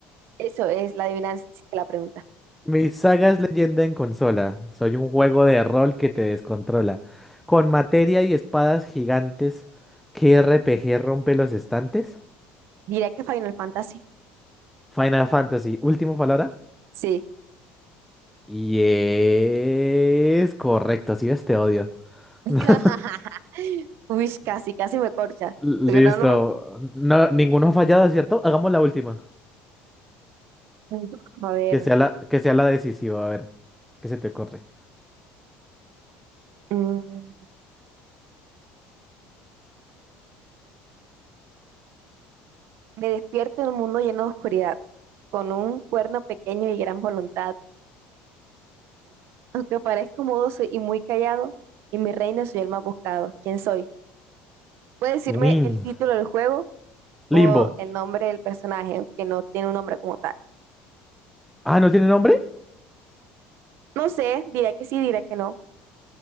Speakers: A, on the right (about 65°); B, in the centre.
A: Eso es la adivinanza, sí, que la pregunta.
B: Mi saga es leyenda en consola. Soy un juego de rol que te descontrola. Con materia y espadas gigantes, ¿qué RPG rompe los estantes?
A: Diré que Final Fantasy.
B: Final Fantasy, última palabra.
A: Sí.
B: Y es correcto, sí ves, te odio.
A: <laughs>
B: <laughs>
A: Uy, casi, casi me corcha.
B: Listo.
A: Pero no, no me
B: No, ninguno ha fallado, ¿cierto? Hagamos la última.
A: Mm, A ver,
B: Que sea la, que sea la decisiva, a ver. ¿Qué se te ocurre?
A: mm, me despierto en un mundo lleno de oscuridad, con un cuerno pequeño y gran voluntad. Aunque parezco mudo soy- y muy callado, y mi reino soy el más buscado. ¿Quién soy? Puede decirme
B: Win.
A: el título del juego o
B: Limbo.
A: el nombre del personaje, aunque no tiene un nombre como tal.
B: Ah, ¿no tiene nombre?
A: No sé, dirá que sí, dirá que no.